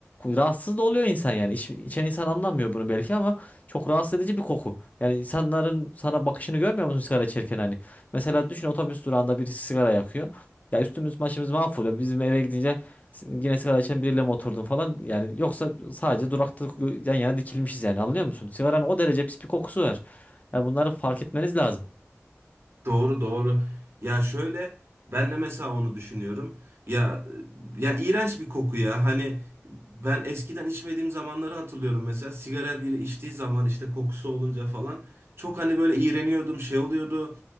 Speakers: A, on the left (about 30°); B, on the right (about 55°).
A: rahatsız da oluyor insan yani. İç, içen insan anlamıyor bunu belki ama çok rahatsız edici bir koku. Yani insanların sana bakışını görmüyor musun sigara içerken hani? Mesela düşün otobüs durağında birisi sigara yakıyor. Ya üstümüz başımız mahvoluyor. Bizim eve gidince yine sigara içen biriyle mi oturdun falan. Yani yoksa sadece durakta yan yana dikilmişiz yani anlıyor musun? Sigaranın o derece pis bir kokusu var. Yani bunları fark etmeniz lazım.
B: Doğru doğru. Ya şöyle ben de mesela onu düşünüyorum. Ya ya iğrenç bir koku ya. Hani ben eskiden içmediğim zamanları hatırlıyorum mesela sigara biri içtiği zaman işte kokusu olunca falan çok hani böyle iğreniyordum şey oluyordu.